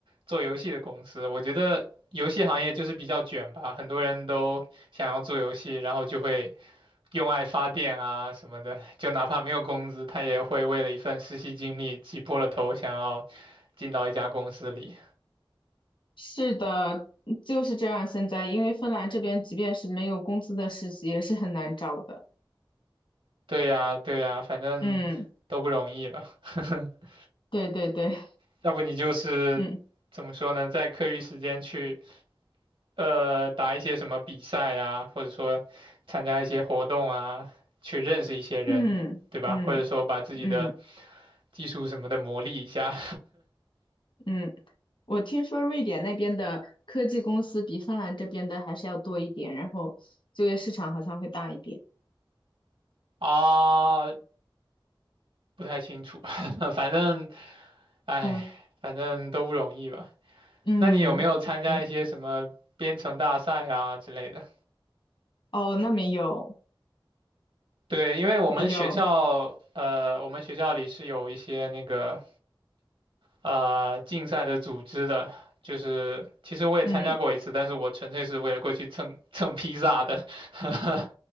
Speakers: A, on the right; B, on the left.
A: 做游戏的公司。我觉得游戏行业就是比较卷吧，很多人都想要做游戏，然后就会用爱发电啊什么的，就哪怕没有工资，他也会为了一份实习经历挤破了头，想要进到一家公司里。
B: 是的，就是这样。现在，因为芬兰这边即便是没有工资的实习，也是很难找的。
A: 对呀，对呀，反正都不容易吧。
B: 嗯，
A: <laughs>
B: 对对对，
A: 要不你就是怎么说呢，
B: 嗯
A: 在课余时间去呃打一些什么比赛啊，或者说参加一些活动啊，去认识一些人，
B: 嗯嗯嗯
A: 对吧？或者说把自己的技术什么的磨砺一下
B: 嗯。我听说瑞典那边的科技公司比芬兰这边的还是要多一点，然后就业市场好像会大一点。
A: <laughs> 啊，不太清楚，<laughs> 反正，哎，
B: 嗯
A: 反正都不容易吧。
B: 嗯嗯。
A: 那你有没有参加一些什么编程大赛啊之类的？
B: 哦，那没有
A: 对，因为我们学校，
B: 没有。
A: 呃，我们学校里是有一些那个呃竞赛的组织的，就是其实我也参加过一次，
B: 嗯
A: 但是我纯粹是为了过去蹭蹭披萨的，<laughs>